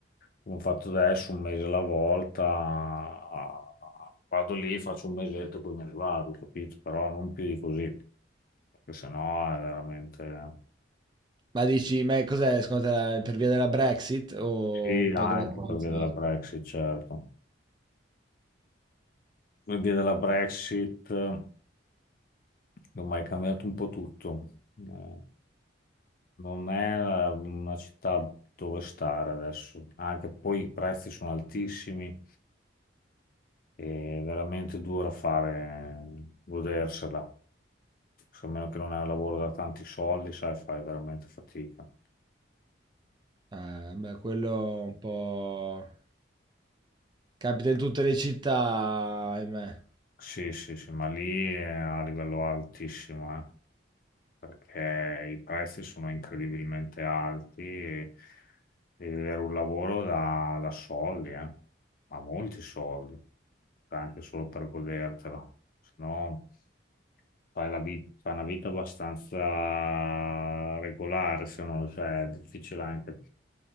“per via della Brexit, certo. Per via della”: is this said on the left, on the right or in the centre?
Left